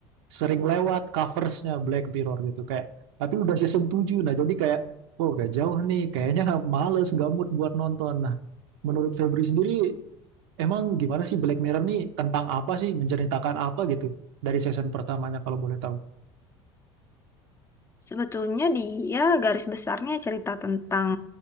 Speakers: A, on the right; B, on the left.
A: sering lewat coversnya Black Mirror gitu kayak. Tapi udah season 7 nah jadi kayak, wah udah jauh nih, kayaknya males, gak mood buat nonton. Nah, menurut Febri sendiri, emang gimana sih Black Mirror nih tentang apa sih, menceritakan apa gitu dari season pertamanya kalau boleh tahu?
B: Sebetulnya dia garis besarnya cerita tentang